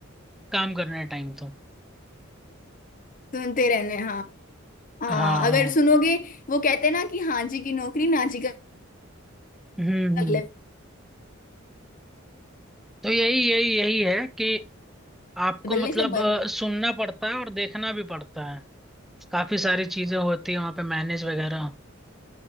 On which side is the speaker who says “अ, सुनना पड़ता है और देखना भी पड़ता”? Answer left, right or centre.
Centre